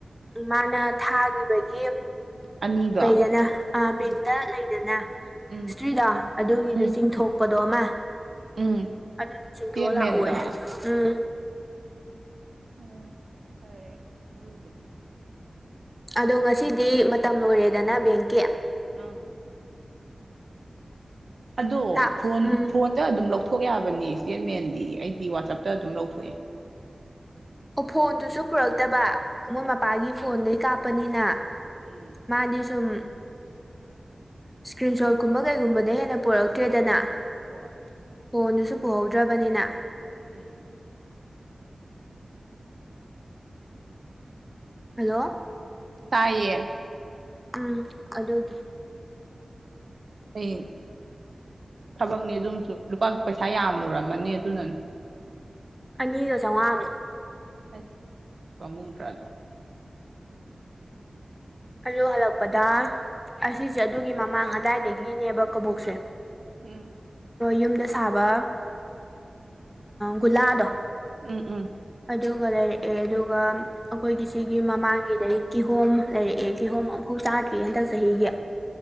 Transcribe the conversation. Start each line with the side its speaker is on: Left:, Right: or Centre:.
Centre: ꯃꯥꯅ ꯊꯥꯈꯤꯕꯒꯤ
Right: ꯑꯅꯤꯗꯣ
Centre: ꯂꯩꯗꯅ ꯕꯦꯡꯇ
Right: ꯎꯝ
Centre: ꯂꯩꯗꯅ
Right: ꯎꯝ
Centre: ꯍꯤꯁꯇ꯭ꯔꯤꯗꯣ ꯑꯗꯨꯒꯤꯗꯣ
Right: ꯎꯝ
Centre: ꯆꯤꯡꯊꯣꯛ ꯂꯄꯗꯣ ꯑꯃ
Right: ꯎꯝ
Centre: ꯑꯗꯨꯗ ꯆꯤꯡꯊꯣꯛꯑ
Right: ꯏꯁꯇꯦꯠꯃꯦꯟꯗꯣ
Centre: ꯂꯥꯛꯑꯣꯅꯦ ꯎꯝ
Right: ꯎꯝ ꯐꯔꯦ ꯑꯗꯨꯒ꯫
Centre: ꯑꯗꯣ ꯉꯁꯤꯗꯤ ꯃꯇꯝ ꯂꯣꯏꯔꯦꯗꯅ ꯕꯦꯡꯀꯤ
Right: ꯑꯥ꯫ ꯑꯗꯣ
Centre: ꯇꯥ
Right: ꯐꯣꯟ
Centre: ꯎꯝ
Right: ꯐꯣꯟꯗ ꯑꯗꯨꯝ ꯂꯧꯊꯣꯛ ꯌꯥꯕꯅꯤ ꯏꯁꯇꯦꯠꯃꯦꯟꯗꯤ ꯑꯩꯗꯤ ꯋꯥꯆꯞꯇ ꯑꯗꯨꯝ ꯂꯧꯊꯣꯛꯑꯦ꯫
Centre: ꯑꯣ ꯐꯣꯟꯗꯨꯁꯨ ꯄꯨꯔꯛꯇꯕ ꯃꯣꯏ ꯃꯄꯥꯒꯤ
Right: ꯎꯝ
Centre: ꯐꯣꯟꯗꯩ ꯀꯥꯞꯄꯅꯤꯅ
Right: ꯎꯝ
Centre: ꯃꯥꯗ ꯁꯨꯝ ꯏꯁꯀ꯭ꯔꯤꯟ ꯁꯣꯠꯀꯨꯝꯕ ꯀꯩꯒꯨꯝꯕꯗ ꯍꯦꯟꯅ ꯄꯨꯔꯛꯇꯦꯗꯅ
Right: ꯍꯣꯏ
Centre: ꯐꯣꯟꯗꯨꯁꯨ ꯄꯨꯍꯧꯗ꯭ꯔꯕꯅꯤꯅ
Right: ꯎꯝ꯫
Centre: ꯍꯜꯂꯣ
Right: ꯇꯌꯦ꯫
Centre: ꯎꯝ ꯑꯗꯨꯒꯤꯦ
Right: ꯎꯝ ꯊꯕꯛꯅꯦ ꯑꯗꯨꯝꯁꯨ ꯂꯨꯄꯥ ꯄꯩꯁꯥ ꯌꯥꯝꯃꯨꯔꯝꯃꯅꯤ ꯑꯗꯨꯅꯅꯤ꯫
Centre: ꯑꯅꯤꯒ ꯆꯥꯝꯃꯉꯥꯃꯨꯛ꯫
Right: ꯑꯁ ꯀꯃꯨꯡ ꯇ꯭ꯔꯥꯗꯣ
Centre: ꯑ ꯍꯜꯂꯛꯄꯗ ꯑꯁꯤꯁꯦ
Right: ꯎꯝ
Centre: ꯑꯗꯨꯒꯤ ꯃꯃꯥꯡ ꯑꯗꯥꯏꯗꯒꯤꯅꯦꯕ ꯀꯕꯣꯛꯁꯦ꯫
Right: ꯎꯝ
Centre: ꯌꯨꯝꯗ ꯁꯥꯕ ꯒꯨꯂꯥꯗꯣ꯫
Right: ꯎꯝ ꯎꯝ
Centre: ꯑꯗꯨꯒ ꯂꯩꯔꯛꯑꯦ ꯑꯗꯨꯒ ꯑꯩꯈꯣꯏꯒꯤ ꯁꯤꯒꯤ ꯃꯃꯥꯡꯉꯗꯒꯤ ꯀꯤꯍꯣꯝ ꯂꯩꯔꯛꯑꯦ ꯑꯦ ꯀꯤꯍꯣꯝ ꯑꯃꯝꯐꯥꯎ ꯆꯥꯗ꯭ꯔꯤꯦ ꯍꯟꯗꯛ ꯆꯍꯤꯒꯤ꯫